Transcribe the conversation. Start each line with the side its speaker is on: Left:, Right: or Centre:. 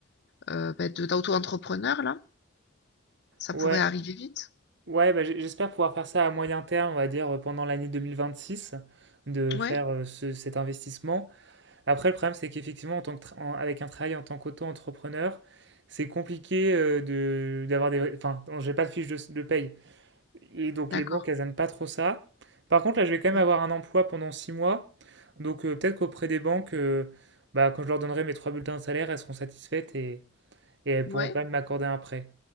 Left: euh, bah, de- d'auto-entrepreneur, là, ça
Right: ouais,
Left: pourrait arriver vite.
Right: ouais, bah, j'- j'espère pouvoir faire ça à moyen terme, on va dire euh, pendant l'année 2026, de
Left: Ouais,
Right: faire euh, ce- cet investissement. Après, le problème, c'est qu'effectivement, en tant que tra- en- avec un travail en tant qu'auto-entrepreneur, c'est compliqué euh, de d'avoir des... Enfin, j'ai pas de fiche de, s- de paye. Et donc,
Left: d'accord.
Right: les banques, elles aiment pas trop ça. Par contre, là, je vais quand même
Left: Ouais,
Right: avoir un emploi pendant six mois. Donc, euh, peut-être qu'auprès des banques, euh, bah, quand je leur donnerai mes trois bulletins de salaire, elles seront satisfaites et, et elles
Left: Ouais,
Right: pourront quand même m'accorder un prêt.